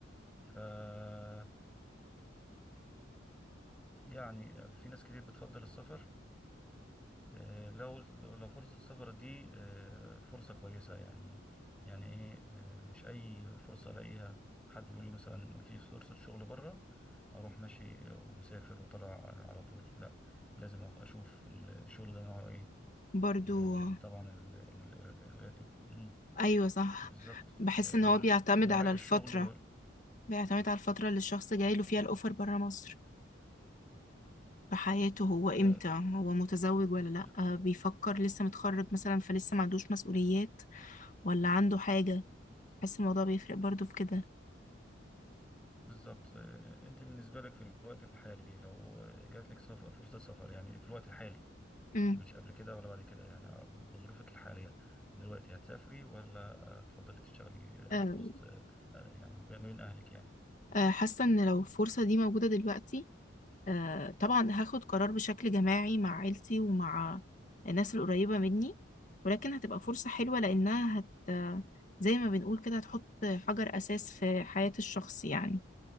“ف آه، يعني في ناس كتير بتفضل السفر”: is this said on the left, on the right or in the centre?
Centre